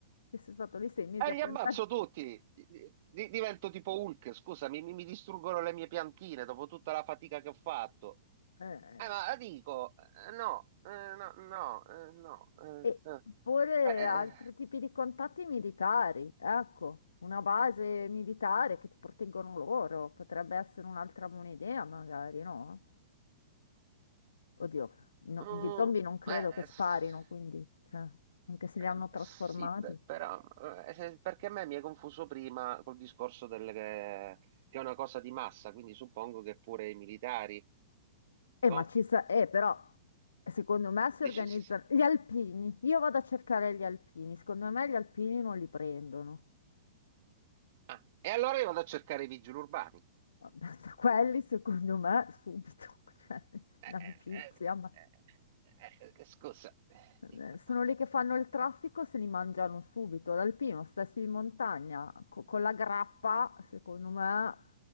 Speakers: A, on the left (about 70°); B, on the right (about 45°).
A: Che sei stato lì sei mesi
B: eh,
A: a
B: li
A: piantare.
B: ammazzo tutti, Di- di- divento tipo Hulk, scusami, mi, mi distruggono le mie piantine dopo tutta la fatica che ho fatto.
A: Eh, eh,
B: Eh, ma la dico, eh, no, eh, no, no, eh, no, eh,
A: E
B: s-
A: oppure
B: eh, eh,
A: altri tipi di contatti militari, ecco, una base militare che ti proteggono loro, potrebbe essere un'altra buona idea magari, no? Oddio, no,
B: mm,
A: gli zombie non credo
B: eh,
A: che sparino,
B: s-
A: quindi, cioè, anche se
B: eh,
A: li hanno trasformati.
B: sì, pe- però, eh, se- perché a me mi hai confuso prima col discorso del, che è una cosa di massa, quindi suppongo che pure i militari.
A: Eh,
B: No?
A: ma ci sa... Eh, però, secondo me si
B: Dici,
A: organizzano...
B: sì, sì.
A: Gli alpini, io vado a cercare gli alpini, secondo me gli alpini non li prendono.
B: Ah, e allora io vado a cercare i vigili urbani.
A: Vabbè, <laughs> quelli, secondo me, subito, <laughs> cioè,
B: Eh,
A: in
B: eh,
A: amicizia,
B: eh,
A: ma
B: eh, eh, eh, scusa, eh,
A: Eh,
B: dico,
A: Sono lì che fanno il traffico, se li mangiano subito. L'alpino sta su in montagna, co- con la grappa, secondo me,